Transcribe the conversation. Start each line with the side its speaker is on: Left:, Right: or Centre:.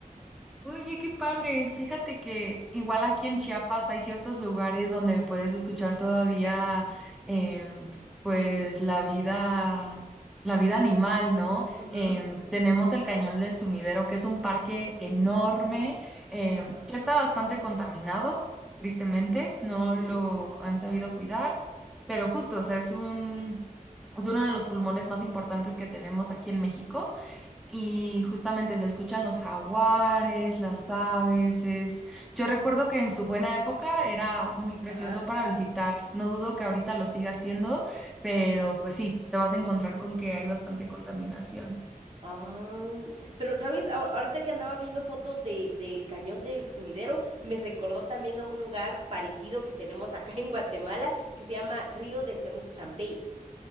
Centre: Oye, qué padre. Fíjate que igual aquí en Chiapas hay ciertos lugares donde puedes escuchar todavía, em, pues la vida, la vida animal, ¿no?
Right: Ujú.
Centre: Em, tenemos el Cañón del Sumidero, que es un parque enorme, em,
Right: Ajá,
Centre: ya está bastante contaminado, tristemente, no
Right: ujú,
Centre: lo han sabido cuidar, pero justo, o sea, es un, es uno de los pulmones más importantes que tenemos aquí en México y justamente se escuchan los jaguares, las aves. es- Yo recuerdo que en su buena época era muy precioso
Right: ajá.
Centre: para visitar. No dudo que ahorita lo siga haciendo, pero pues sí, te vas a encontrar con que hay bastante contaminación.
Right: Ah, pero sabes, Ahor- ahorita que andaba viendo fotos de, del cañón del Sumidero, me recordó también a un lugar parecido que tenemos acá en Guatemala, que se llama Río de Semuc Champey.